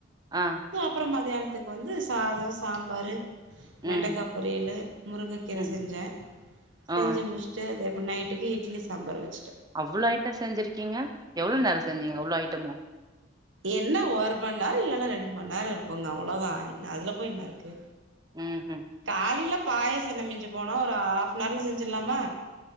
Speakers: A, on the right; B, on the right.
A: ஆ
B: அப்பறம் மதியான த்துக்கு வந்து சாதம் சாம்பாரு வெண்டக்கா
A: ம்
B: பொரியலு முருங்கக்கீர
A: ம்
B: செஞ்சே செஞ்சு
A: ஆ
B: முஸ் எது இப்ப நைட்டுக்கு இட்லி சாம்பார் வெச்சு
A: அவ்ளோ ஐட்டோ செஞ்சிருக்கீங்க எவ்ளோ நேரோ செஞ்சீங்க அவ்ளோ ஐட்டமோ
B: என்ன ஒரு மண் நேரோ இல்லன்னா ரெண்டு மண் நேரோ இருக்குங்க அவ்ளோதா என்ன அதுல போய் என்ன இருக்கு
A: ம் ம்
B: காலிலப் பாயசன்ன மிஞ்சு போனா ஒரு ஆஃப்னார்ல செஞ்சிட்லாமா